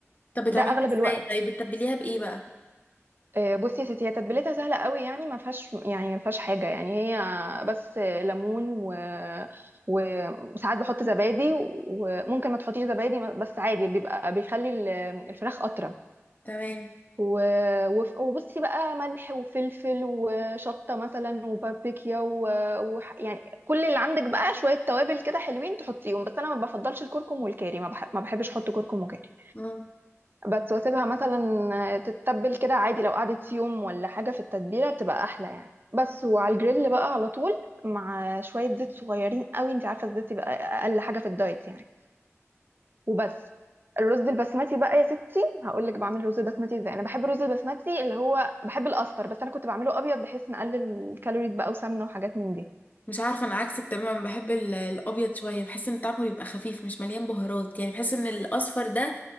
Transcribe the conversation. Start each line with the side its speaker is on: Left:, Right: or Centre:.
Left: طب بتعمليها
Right: ده اغلب
Left: ازاي
Right: الوقت
Left: طيب بتتبليها بايه بقى
Right: آه، بصي يا ستي هي تتبيلتها سهله قوي يعني ما فيهاش يعني ما فيهاش حاجه يعني هي بس ليمون و وساعات بحط زبادي وممكن ما تحطيش زبادي بس عادي بيبقى بيخلي ال- الفراخ اطرى
Left: تمام
Right: و... وف- وبصي بقى ملح وفلفل وشطة مثلا وباربيكيا و... وح... يعني كل اللي عندك بقى شوية توابل كده حلوين تحطيهم بس أنا ما بفضلش الكركم والكاري ما, بح... ما بحبش أحط كركم وكاري
Left: مم.
Right: بس واسيبها مثلا تتبل كده عادي لو قعدت يوم ولا حاجة في التتبيلة بتبقى أحلى يعني بس وعلى الجريل بقى على طول مع شوية زيت صغيرين قوي انت عارفة الزيت يبقى أقل حاجة في الدايت يعني وبس الرز البسمتي بقى يا ستي هقول لك بعمل الرز البسمتي ازاي انا بحب الرز البسمتي اللي هو بحب الاصفر بس انا كنت بعمله ابيض بحيث نقلل الكالوريز بقى وسمنه وحاجات من دي
Left: مش عارفه انا عكسك تماما بحب ال- الابيض شويه بحس ان طعمه بيبقى خفيف مش مليان بهارات يعني بحس ان الاصفر ده